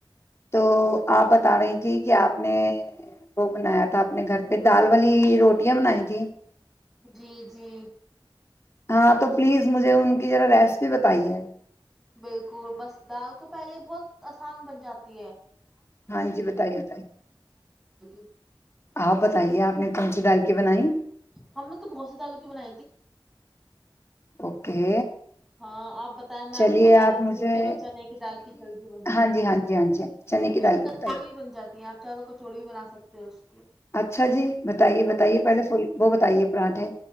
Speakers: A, on the left (about 30°); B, in the centre.
A: تو اپ بتا رہی تھیں کہ اپ نے وہ بنایا تھا اپنے گھر پہ دال والی روٹیاں بنائی تھی
B: جی جی
A: ہاں تو پلیز مجھے ان کی جو ریسپی بتائی ہے
B: بالکل بس دال کو پہلے بہت اسان بن جاتی ہے
A: ہاں جی بتائیے بتائیے
B: <unintelligible>
A: آپ بتائیے <unintelligible>
B: ہم تو بہت سے دالو کی بنا
A: اوکے
B: ہاں آپ بتائیں میں آپ
A: چلیے
B: کو بتا دیتی
A: مجھے
B: ہوں چلو چنے کی دال کی جلدی بن جاتی
A: ہاں جی
B: ہے
A: ہاں جی ہاں جی چنے
B: اس
A: دال
B: کی کا
A: بتائیے
B: چوڑو بھی بن جاتی ہے آپ چادوں کو چوڑوی بنا سکتے ہو کی
A: اچھا جی بتائیے
B: ہاں
A: بتائیے پہلے فل وہ بتائیے پراھ ہے